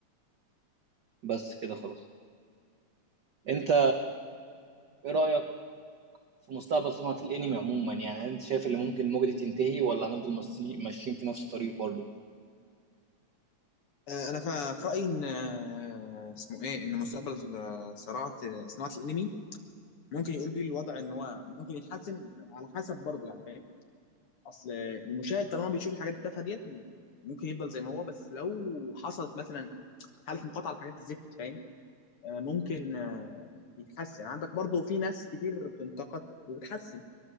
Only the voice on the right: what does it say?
بس كده خلاص انت ايه رأيك في مستقبل صناعة الانمي عموما يعني هل انت شايف ان ممكن الموجة دي تنتهي ولا هنفضل ماشي- ماشيين في نفس الطريق برضو